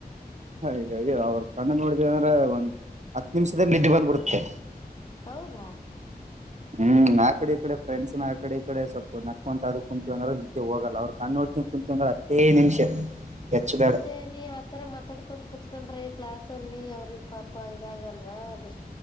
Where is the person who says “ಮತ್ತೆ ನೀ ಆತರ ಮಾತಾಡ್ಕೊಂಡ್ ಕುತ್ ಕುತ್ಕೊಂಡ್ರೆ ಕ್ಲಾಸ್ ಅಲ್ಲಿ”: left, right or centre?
Left